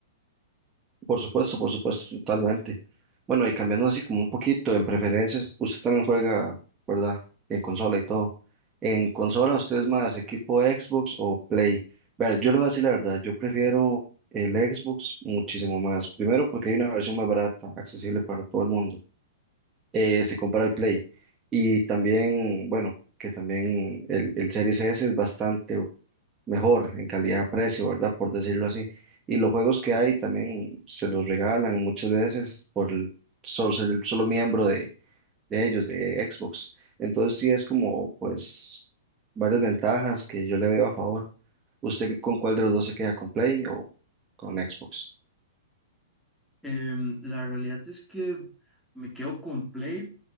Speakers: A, on the right; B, in the centre.
A: Por supuesto, por supuesto, totalmente. Bueno, y cambiando así como un poquito en preferencias, usted también juega, ¿verdad? En consola y todo. En consola, ¿usted es más equipo Xbox o Play? Ver, yo le voy a decir la verdad, yo prefiero el Xbox muchísimo más. Primero porque hay una versión más barata, accesible para todo el mundo. Eh, se compara al Play. Y también, bueno, que también el, el Series S es bastante mejor en calidad-precio, ¿verdad? Por decirlo así. Y los juegos que hay también se los regalan muchas veces por el solo, ser el solo miembro de, de ellos, de Xbox. Entonces sí es como, pues, varias ventajas que yo le veo a favor. ¿Usted con cuál de los dos se queda, con Play o con Xbox?
B: Em, la realidad es que me quedo con Play